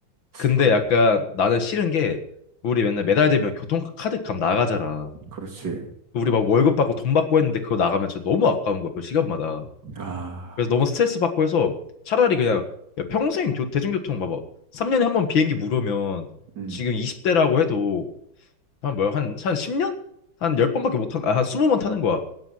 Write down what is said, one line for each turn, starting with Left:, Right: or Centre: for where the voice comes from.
Left: 근데
Right: 그,
Left: 약간 나는 싫은 게 우리 맨날 매달 되면 교통카드 값 나가잖아.
Right: 그렇지.
Left: 우리 막 월급 받고 돈 받고 했는데 그거 나가면 진짜 너무 아까운 거야, 그 시간마다.
Right: 아,
Left: 그래서 너무 스트레스 받고 해서 차라리 그냥 야, 평생 교, 대중교통 봐봐. 3년에 한 번 비행기 무료면
Right: 음,
Left: 지금 20대라고 해도 한 뭐야 한한 10년? 한 10번밖에 못 타는 아한 20번 타는 거야.